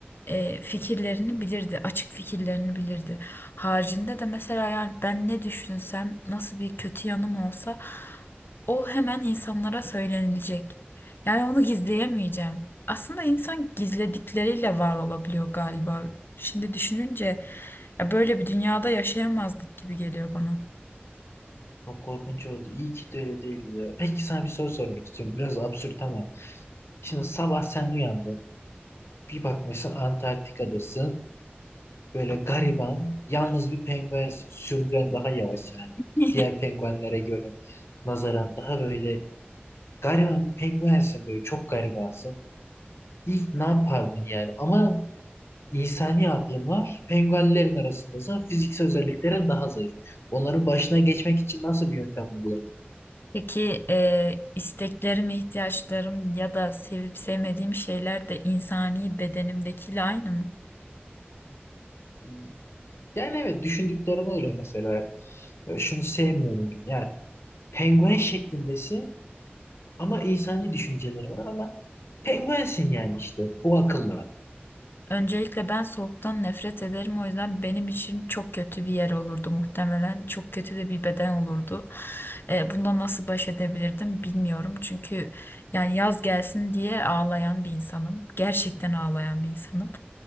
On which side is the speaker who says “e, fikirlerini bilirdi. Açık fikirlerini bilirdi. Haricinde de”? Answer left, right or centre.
Left